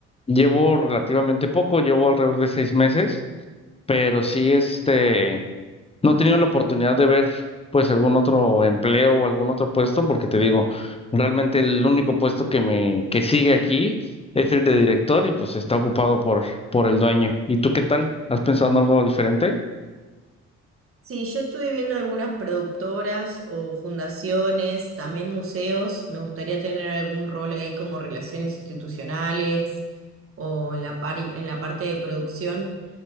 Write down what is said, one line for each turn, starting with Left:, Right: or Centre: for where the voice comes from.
Left: Llevo relativamente poco, llevo alrededor de seis meses pero sí, este, no he tenido la oportunidad de ver pues algún otro empleo o algún otro puesto, porque te digo, realmente el único puesto que me, que sigue aquí es el de director y pues está ocupado por, por el dueño. ¿Y tú qué tal? ¿Has pensado en algo diferente?
Right: Sí, yo estuve viendo algunas productoras o fundaciones, también museos. Me gustaría tener algún rol ahí como relaciones institucionales o en la par- en la parte de producción.